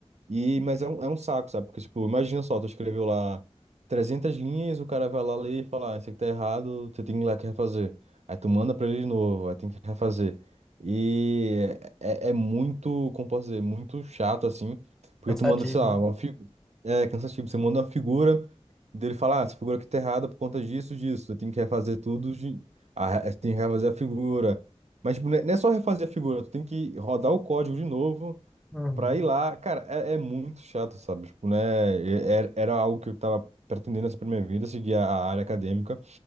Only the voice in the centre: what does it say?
Cansativo,
né?
Uhum.
<laughs>